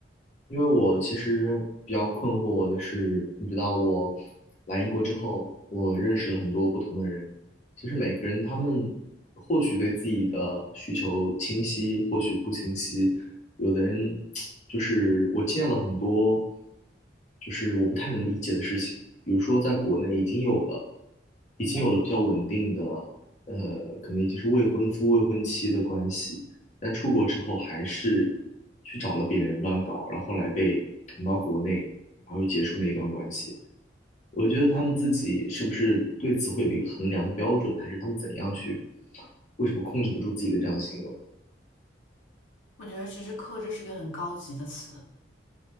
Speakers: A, on the left; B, on the left.
A: 因为我其实比较困惑我的是，你知道我来英国之后，我认识了很多不同的人。其实每个人他们或许对自己的需求清晰，或许不清晰。有的人 <tsk> 就是我见了很多，就是我不太能理解的事情。比如说，在国内已经有了，已经有了比较稳定的，呃，可能已经是未婚夫、未婚妻的关系。但出国之后还是去找了别人乱搞，然后后来被捅到国内，然后又结束那一段关系。我觉得他们自己是不是对此会有一个衡量的标准，还是他们怎样去，为什么控制不住自己的这样的行为？
B: 我觉得其实克制是一个很高级的词。